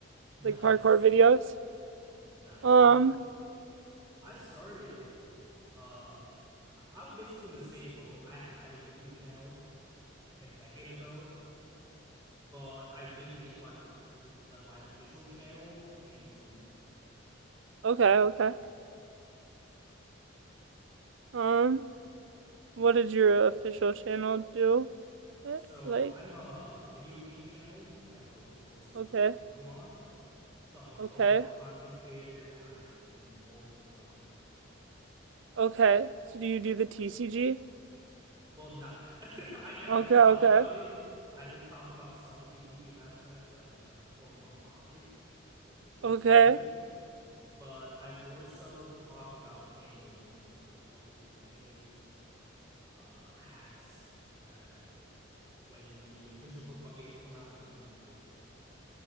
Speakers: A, on the right; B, on the right.
A: <laughs> nice.
B: Like parkour videos.
A: Nice.
B: Um,
A: Well, I- started uh I- am basically in the same boat. I had a YouTube channel like a decade ago, but I did make my th- th- my official channel in 2020.
B: okay, okay. Um, what did your official channel do? Eh,
A: So,
B: Like,
A: I'm a video game channel. I focus mostly
B: okay,
A: on Pokemon So I'm a Pokemon
B: okay.
A: content creator. I do all things Pokemon.
B: Okay. So do you do the TCG?
A: Well, not that. <laughs> I, I did
B: Okay,
A: talk
B: okay.
A: about it. I did talk about some TCG aspects like uh, Pokemon Pocket, which is a digital
B: Okay.
A: TCG. But I more so talk about fan games these days. I mostly play fan games, uh, hacks, and when the official Pokemon games come out, I do have a playthrough on them.